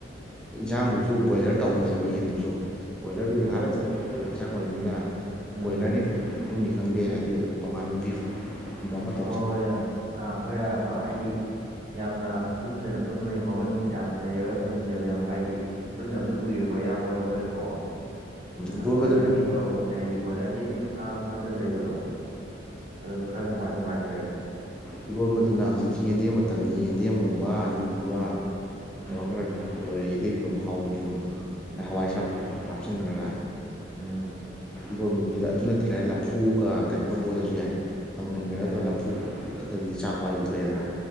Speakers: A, in the centre; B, on the right (about 55°).
A: ꯏꯟꯁꯥꯡꯗꯨꯁꯨ ꯕꯣꯏꯂꯔ ꯇꯧꯐꯝꯨꯝꯁꯦꯕ ꯌꯦꯟꯗꯨꯁꯨ ꯀꯣꯏꯂꯔꯗꯨꯗꯤ
B: ꯎꯝ ꯎꯝ
A: ꯉꯥꯏꯍꯥꯛ ꯂꯩꯇꯁꯥꯡ ꯑꯣꯏꯕꯅꯤꯅ
B: ꯎꯝ
A: ꯀꯣꯏꯂꯔꯅꯤꯅꯤ ꯈꯪꯗꯦ ꯍꯥꯏꯕꯗꯤ ꯇꯣꯉꯥꯟꯅꯕꯤꯐ ꯃꯣꯍꯃꯠ
B: ꯍꯣꯏ ꯌꯥꯝ ꯑꯥ ꯍꯣꯏ ꯑꯝꯕ ꯍꯥꯏꯗꯤ ꯌꯥꯝꯅ ꯄꯨꯟꯗꯅ ꯄꯨꯟꯕꯅꯤ ꯃꯒꯨꯟ ꯌꯥꯝ ꯂꯩꯔꯒ ꯄꯨꯟꯁꯦꯕ ꯌꯥꯝꯕ ꯍꯥꯏꯗꯤ ꯄꯨꯟꯗꯕꯁꯨ ꯀꯨꯏꯔꯦꯀꯣ ꯏꯌꯥꯝꯕ ꯑꯣꯏ ꯑꯩꯈꯣꯏꯒꯀꯣ ꯑꯗꯨꯅ
A: ꯏꯔꯣꯟꯕꯗꯨꯅ
B: ꯕꯣꯏꯂꯔꯗꯤ ꯇꯧꯔꯨꯒꯨꯝꯁꯦ ꯍꯥꯏꯗꯤ ꯕꯣꯏꯂꯔꯗꯤ ꯑꯗꯨꯝ ꯆꯥ ꯈꯣꯠꯇꯅ ꯂꯩꯕꯗꯣ ꯑꯗꯨꯅ ꯈꯔ ꯅꯨꯡꯉꯥꯏ ꯅꯨꯡꯉꯥꯏꯇ
A: ꯐꯤꯔꯣꯕꯨꯅ ꯍꯧꯖꯤꯛꯁꯤ ꯌꯦꯟꯗꯦꯝ ꯃꯇꯝꯅꯤ ꯌꯦꯟꯗꯦꯝꯒꯨꯝꯕ ꯑꯂꯨꯒꯨꯝꯕ
B: ꯎꯝ ꯎꯝ
A: ꯈꯔ ꯑꯗꯨꯝ ꯂꯣꯏꯔꯦ ꯏꯊꯦꯕꯤꯗꯣ ꯍꯥꯎꯕꯅꯤ ꯑꯗꯨꯝ
B: ꯎꯝ
A: ꯍꯋꯥꯏ ꯁꯔꯥꯛ ꯍꯥꯞꯆꯤꯟꯈ꯭ꯔꯒ
B: ꯎꯝ
A: ꯂꯣꯟꯕꯗꯨꯗꯤ ꯑꯗꯨ ꯅꯠꯇ꯭ꯔꯒ ꯂꯐꯨꯒ ꯀꯩꯅꯣꯒ ꯂꯣꯜꯂꯁꯨ ꯌꯥꯏ ꯃꯪꯒꯟꯒ ꯅꯠꯇ꯭ꯔꯒ
B: ꯌꯥꯏ
A: ꯐ ꯑꯩꯈꯗꯤ ꯆꯥꯛꯄ ꯍꯥꯏꯏꯁꯨ ꯊ ꯊꯣꯛꯒꯗ꯭ꯔꯥ